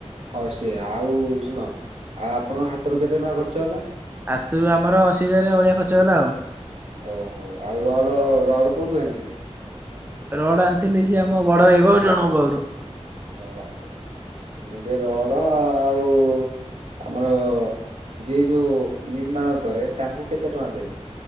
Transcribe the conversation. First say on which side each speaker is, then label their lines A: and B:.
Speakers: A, on the right; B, on the right.
A: ହଁ ସିଏ ଆଉ ଶୁଣ ଆଉ ଆପଣଙ୍କ ହାତରୁ କେତେ ଟଙ୍କା ଖର୍ଚ୍ଚ ହେଲା?
B: ହାତରୁ ଆମର ଅଶୀ ହଜାର ଭଳିଆ ଖର୍ଚ ହେଲା ଆଉ।
A: ଓହୋ ଆଉ ରଡ଼ ରଡ଼ କୋଉଠୁ ଆଣିଥିଲେ?
B: ରୋଡ଼ ଆଣିଥିଲି ସିଏ ଆମ ବଡ଼ ଭାଇ ଜଣଙ୍କ ପାଖରୁ।
A: ଓହୋ ସେମିଟେ ରଡ଼ ଆଉ ଆମର ଯିଏ ଯୋଉ ନିର୍ମାଣ କରେ ତାଙ୍କୁ କେତେ ଟଙ୍କା ଦେଲେ